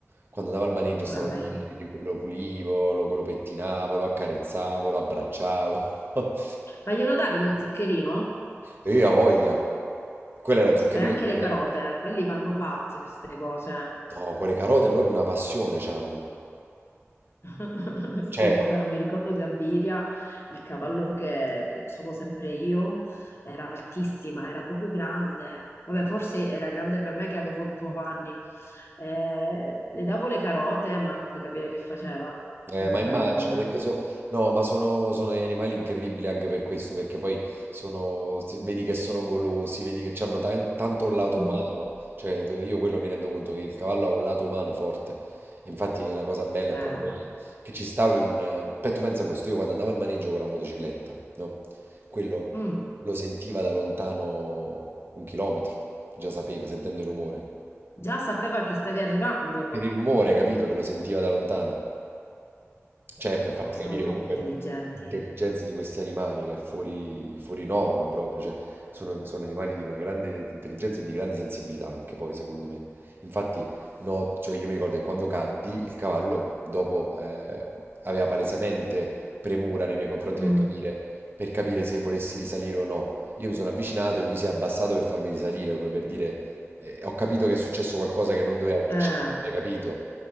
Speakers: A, on the right (about 45°); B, on the left (about 55°).
A: Quando andavo al maneggio
B: Ma
A: stavo
B: vedi.
A: lì, li- li- lo pulivo, lo, lo pettinavo, lo accarezzavo, lo abbracciavo. <laughs>
B: Ma glielo davi lo zuccherino?
A: E io ho voglia. Quello era zuccherino
B: E anche
A: di per
B: le carote,
A: me.
B: quelli vanno pazzi per queste cose.
A: No, con le carote proprio una passione c'hanno.
B: <laughs> Sì,
A: Cioè,
B: è vero, mi ricordo Gabiria, il cavallo che, che usavo sempre io, era altissima, era proprio grande. Vabbè, forse era grande per me che avevo otto anni. Eh, le davo le carote, ma non puoi capire che faceva.
A: Eh,
B: Bella
A: ma immagino
B: mia.
A: perché so- no, ma sono, sono degli animali incredibili anche per questo, perché poi sono, se vedi che sono golosi, vedi che hanno tanto un lato
B: <laughs>
A: umano, cioè to- io quello mi rendo conto che il cavallo ha un lato umano forte, infatti la cosa bella
B: Vero.
A: è proprio quella, che ci stauri un... eh, Beh, tu pensa questo, io quando andavo al maneggio con la motocicletta, no? Quello
B: Mm.
A: lo sentiva da lontano un chilometro, già sapeva, sentendo il rumore,
B: Già sapeva che stavi arrivando.
A: per il rumore, capito, che lo sentiva da lontano. Cioè,
B: No,
A: per farti
B: sono
A: capire
B: troppo
A: comunque
B: intelligenti.
A: l'intelligenza di questi animali che è fuori, fuori norma proprio, cioè, sono, sono animali di una grande intelligenza e di grande sensibilità anche poi, secondo me. Infatti, no, cioè io mi ricordo che quando caddi, il cavallo dopo eh, aveva palesemente premura nei miei confronti
B: Mm.
A: per capire, per capire se volessi risalire o no. Io mi sono avvicinato e lui si è abbassato per farmi risalire, come per dire, eh, ho capito che è successo qualcosa che non doveva succedere,
B: Eh,
A: hai capito?